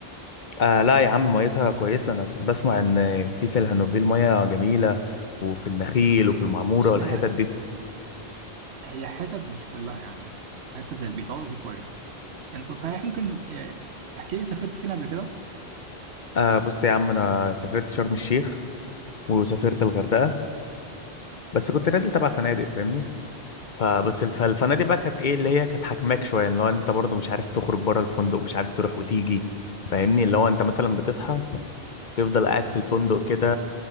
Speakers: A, on the left; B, on the right.
A: آه لا يا عم ميتها كويسة أنا س- بسمع إن في في الهانوفيل مية جميلة وفي النخيل وفي المعمورة
B: بص
A: والحتت
B: هي
A: دي
B: هي حتت مش كلها يعني حته زي البيطاج دي كويس انت صحيح ممكن آه، تحكي لي سافرت فين قبل كده
A: آه بص يا عم أنا سافرت شرم الشيخ وسافرت الغردقة بس كنت نازل تبع فنادق فاهمني فبس الف- فالفنادق بقى كانت ايه اللي هي كانت حاكماك شويه اللي هو انت برضه مش عارف تخرج بره الفندق مش عارف تروح وتيجي فاهمني اللي هو انت مثلا بتصحى تفضل قاعد في الفندق كده